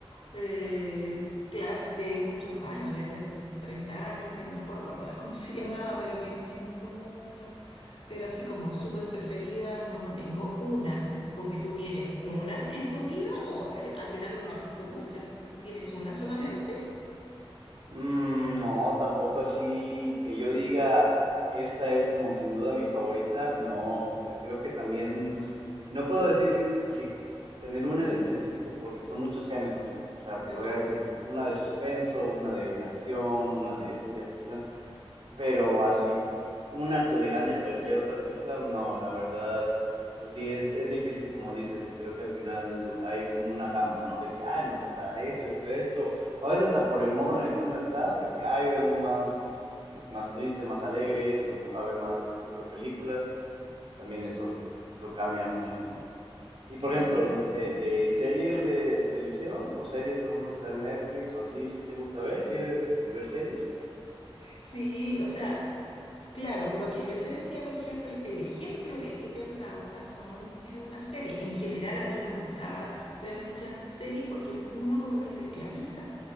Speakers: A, on the left; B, on the right.
A: eh, Class de muchos años, de hace 30 años, que no me puedo acordar <laughs> cómo se llamaba, pero que me gustó mucho pero así como súper preferida, no, no tengo una, porque tú tienes una en tu vida o eh, al final uno ha visto muchas, tú tienes una solamente.
B: Mm, no, tampoco así que yo diga, esta es como sin duda mi favorita. No, creo que también, no puedo decir así, tener una
A: Mm,
B: en específico porque son muchos géneros. O sea,
A: Claro.
B: podría decir una de suspenso, una de acción, una de ciencia ficción. Pero así, una que le gane a cualquier otra película, no, la verdad, pues sí, es, es difícil, como dices, creo que al final hay como una gama, ¿no? De que, ay, nos gusta esto, esto, esto, o a veces hasta por el modo en el que uno está, de que, ay, hoy ando más, como que más triste, más alegre, se me antoja ver más este tipo de películas, también
A: mm,
B: eso, eso cambia mucho, ¿no? Y
A: claro.
B: por ejemplo, no sé, de series de televisión o series, por ejemplo, que están en Netflix o así, si te gusta ver, si eres de ver series.
A: Sí, o sea, claro, lo que yo te decía, por ejemplo, el, el ejemplo de Eternauta son, es una serie. En general a mí no me gustaba ver muchas series porque un- uno como que se esclaviza.